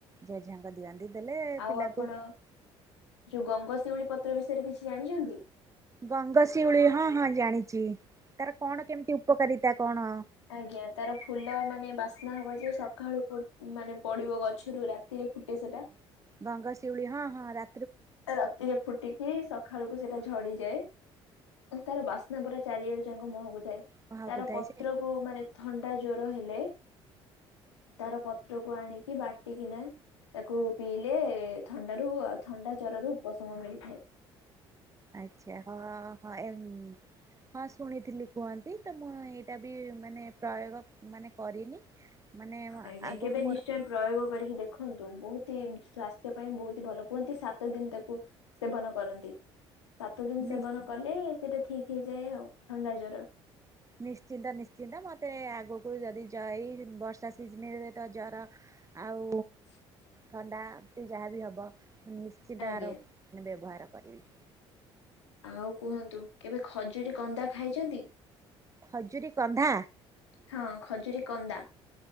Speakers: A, on the right; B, on the left.
A: ଜେଝାଙ୍କ ଦିଅନ୍ତିି ଦେଲେ
B: ଆଉ
A: ପିଲାଙ୍କୁ
B: ଆପଣ ଯୋଉ ଗଙ୍ଗଶିଉଳି ପତ୍ର ବିଷୟରେ କିଛି ଜାଣିଛନ୍ତି?
A: ଗଙ୍ଗଶିଉଳି ହଁ ହଁ ଜାଣିଛି। ତାର କଣ କେମିତି ଉପକାରିତା କଣ?
B: ଆଜ୍ଞା ତାର ଫୁଲ ମାନେ ବାସ୍ନା ହବ ଯେ ସକାଳୁ ମାନେ ପଡିବ ଗଛରୁ ରାତିରେ ଫୁଟେ ସେଟା।
A: ଗଙ୍ଗଶିଉଳି ହଁ ହଁ ରା
B: ରାତିରେ ଫୁଟିକି ସକାଳକୁ ସେଟା ଝଡିଯାଏ। ତାର ବାସ ପୁରା ଚାରିଆଡୁ ଯାକ ମହକୁ ଥାଏ।
A: କୁହାକୁ
B: ତାର
A: ଥାଏ
B: ପତ୍ରକୁ
A: ସେ
B: ମାନେ ଥଣ୍ଡା ଜ୍ୱର ହେଲେ ତାର ପତ୍ରକୁ ଆଣିକି ବାଟିକିନା ତାକୁ ପିଇଲେ ଥଣ୍ଡାରୁ ଆଉ ଥଣ୍ଡା ଜ୍ୱରରୁ ଉପଶମ ମିଳିଥାଏ।
A: ଆଚ୍ଛା ହଁ ହଁ ଏମ୍ ହଁ ଶୁଣିଥିଲି କୁହନ୍ତି। ତ ମୁଁ ଏଇଟା ବି ମାନେ ପ୍ରୟୋଗ ମାନେ କରିନି। ମାନେ
B: ଆଜ୍ଞା
A: ଆଗକୁ
B: କେବେ
A: ମୋର
B: ନିଶ୍ଚୟ ପ୍ରୟୋଗ କରିକି ଦେଖନ୍ତୁ ବହୁତ ହି ସ୍ଵାସ୍ଥ୍ୟ ପାଇଁ ବହୁତ ଭଲ। କୁହନ୍ତି ସାତଦିନ ତାକୁ ସେବନ କରନ୍ତି ସାତ ଦିନ
A: ନି
B: ସେବନ କଲେ ସେଇଟା ଠିକ ହେଇଯାଏ ଆଉ ଥଣ୍ଡା ଜ୍ୱର
A: ନିଶ୍ଚିନ୍ତ ନିଶ୍ଚିନ୍ତ ମତେ ଆଗକୁ ଯଦି ଯ ଏଇ ବର୍ଷା ସିଜିନିରେ ତ ଜର ଆଉ
B: <inaudible>
A: ଥଣ୍ଡା ଏତି ଯାହା ବି ହେବ ମୁଁ ନିଶ୍ଚିତ
B: ଆଜ୍ଞା।
A: ଆର ମାନେ ବ୍ୟବହାର କରିବି।
B: ଆଉ କୁହନ୍ତୁ କେବେ ଖଜୁରୀ କନ୍ଦା ଖାଇଛନ୍ତି?
A: ଖଜୁରୀ କନ୍ଧା।
B: ହଁ ଖଜୁରୀ କନ୍ଦା।